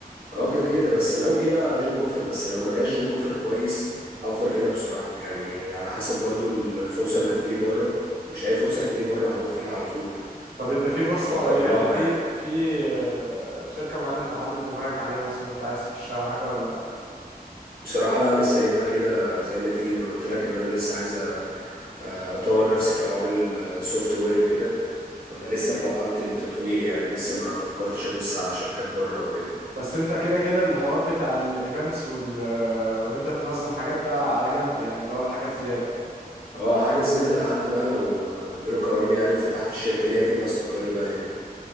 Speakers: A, on the right; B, on the right.
A: اه كده كده بس لو جه بقى جوب أوفر بس لو ما جاش جوب أوفر كويس هفضل هنا بصراحة يعني على حسب برضو الفرصة اللي هتجيلي بره مش أي فرصة هتجيلي بره هروح فيها على طول
B: طب انت في فرصة
A: أفكر
B: يعني
A: لها
B: انت في
A: يعني
B: في آه، شركة معينة انت حاطط دماغك عليها مثلا انت عايز تخشها او حاجة ولا
A: بصراحة لا أنا سايبها كده زي ما تيجي إن قلت لك إن أنا لسه عايز أ- أطور نفسي في حوار ال- السوفت وير وكده فأنا لسه في مرحلة التطوير يعني لسه ما فكرتش أبص على شركات بره وكده
B: بس انت كده كده الحوار بتاع الايفنتس وال آه، وان انت تنظم حاجات ده على جنب يعني اللي هو حاجة زيادة يعني.
A: أه حاجة زيادة لحد بقى لو ربنا كرمني يعني وفتحت الشركة دي أكيد هستقر بقى هنا